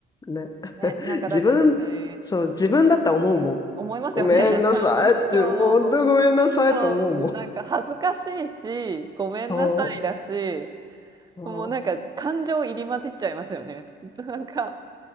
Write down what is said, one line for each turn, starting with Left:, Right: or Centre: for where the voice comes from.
Left: てね。
Right: ね、なんかだって別に
Left: 自分、そう、自分だったら思うもん。
Right: 思いますよね。
Left: ごめんなさいって、
Right: <laughs> あのそう、
Left: もう本当ごめんなさいって思うもん。
Right: そう、なんか恥ずかしいし、ごめんなさいだし
Left: そう。そう
Right: もうなんか感情入り混じっちゃいますよね。<laughs> なんか、